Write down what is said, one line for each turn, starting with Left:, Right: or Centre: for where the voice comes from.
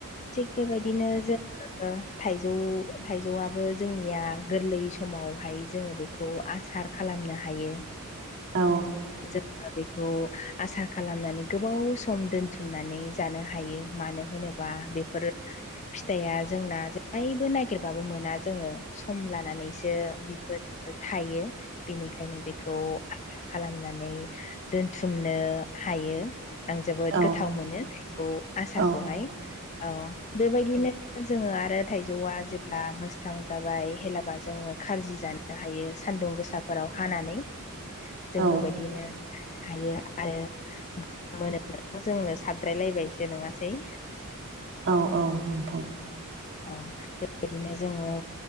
Left: थिग बेबायदिनो जों बो थाइजौ थाइजौआबो जोंनिया गोरलै समावहाय जोङो बे खौ आसार खालामनो हायो।
Right: औ
Left: जोङो बेखौ आसार खालामनानै गोबाव सम दोनथुमनानै जानो हायो मानो होनोबा बेफोरो फिथाइआ जोंना जेब्लायबो नागिरबाबो मोना जोङो सम लानानैसो बेफोर थायो बेनिखायनो बेखौ खालामनानै दोनथुमनो हायो। आं जोबोद
Right: औ
Left: गोथाव मोनो थाइजौ आसारखौहाय
Right: औ
Left: औ बेबायदिनो जोङो आरो थाइजौआ जेब्ला मोस्थां जाबाय हेलाबा जोङो खजि जा नो हायो सान्दुं गोसाफोराव हानानै। जों
Right: औ
Left: बेबायदिनो हायो आरो मोनोब' जोंनो साबद्रायलायबायसो नङासै
Right: औ औ नोंथां
Left: औ बेबायदिनो जोङो